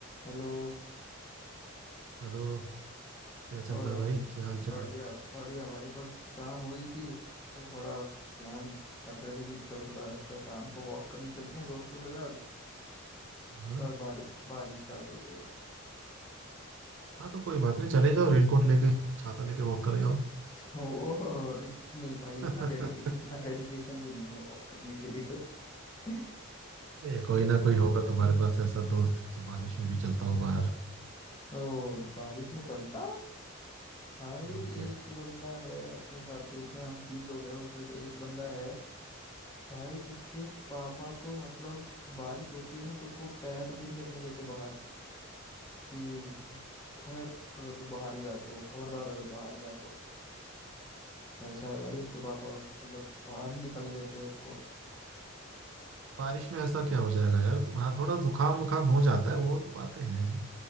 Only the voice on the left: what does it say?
हेलो
और
भाई
बढ़िया
बढ़िया भाई बस शाम हुई थी तो थोड़ा प्लान कर रहे थे कि चल थोड़ा सा शाम को वॉक करने चलते हैं दोस्तों के साथ
पर बारि बारिश स्टार्ट हो गई
तो <laughs> वो इत, नहीं भाई
इतना डेडिके इतना डेडिकेशन भी नहीं है वॉक करने के लिए <laughs>
ओ बारिश में चलता भाई
एक बंदा है अपने साथ ग्रुप में हम तीन लोग हैं उसमें से एक बंदा है भाई उसके पापा तो मतलब बारिश होती है ना तो उसको पैर भी नहीं रखने देते बाहर कि खैर अगर तू बाहर गया तो खबरदार अगर बाहर गया तो ऐसा है भाई उसके पापा मतलब बाहर नहीं निकलने देते हैं उसको